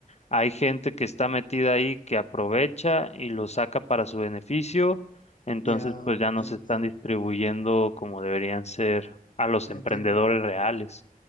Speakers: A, on the left; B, on the left.
A: Hay gente que está metida ahí que aprovecha y lo saca para su beneficio, entonces
B: Ya
A: pues ya no
B: entiendo.
A: se están distribuyendo como deberían ser a los
B: Entiendo.
A: emprendedores reales.